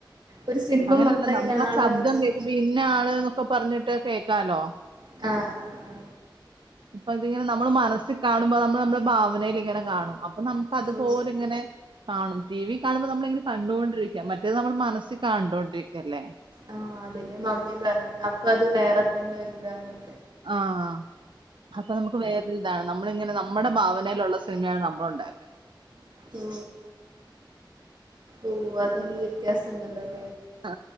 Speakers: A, on the right (about 65°); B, on the right (about 80°).
A: ഒരു സിനിമ
B: അങ്ങനെയല്ല
A: മൊത്തം
B: നമുക്ക്
A: ഇങ്ങനെ
B: ആ
A: ആളറിയാതെ
B: ശബ്ദം കേൾക്കും പിന്നെ ആള് ന്നൊക്കെ പറഞ്ഞിട്ട് കേക്കാലോ
A: ആ ആ
B: അപ്പൊ ഇതിങ്ങനെ നമ്മൾ മനസ്സിൽ കാണുമ്പോ നമ്മൾ നമ്മുടെ ഭാവനയിൽ ഇങ്ങനെ കാണും അപ് പൊ നമുക്ക് അതുപോല
A: ഓ
B: ങ്ങനെ കാണും ടി വി കാണുമ്പോ നമ്മള ഇങ്ങനെ കണ്ടുകൊണ്ടിരിക്ക മറ്റേത് നമ്മുടെ മനസിൽ കണ്ടോണ്ടിരിക്കല്ലേ
A: ആ അതെ മമ്മീ പറഞ്ഞെ അപ്പൊ അത് വേറെ തന്നെ ഒര് താണ്
B: ആഹ് അപ്പൊ നമുക്ക് വേറൊതാ നമ്മളിങ്ങനെ നമ്മുടെ ഭാവ ലേലുള്ള സിനിമയാണ് നമ്മൾ ഉണ്ടാക്ക
A: ഓ ഓ അതൊന്നും വ്യത്യാസം ണ്ടല്ലോ ല്ലേ
B: ആ